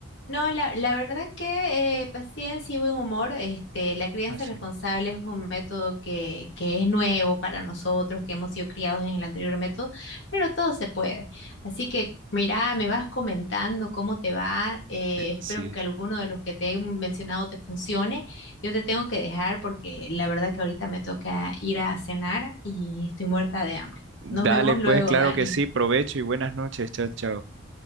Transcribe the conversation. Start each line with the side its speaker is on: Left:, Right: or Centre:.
Left: no, la, la verdad que eh, paciencia y buen humor, este, la crianza
Right: Ah, sí.
Left: responsable es un método que, que es nuevo para nosotros, que hemos sido criados en el anterior método, pero todo se puede. Así que, mira, me vas comentando cómo te va, eh,
Right: Sí.
Left: espero que alguno de los que te he mencionado te funcione. Yo te tengo que dejar porque la verdad que ahorita me toca ir a cenar y estoy muerta de hambre. Nos
Right: Dale,
Left: vemos
Right: pues,
Left: luego,
Right: claro
Left: Dani.
Right: que sí. Provecho y buenas noches. Chao, chao.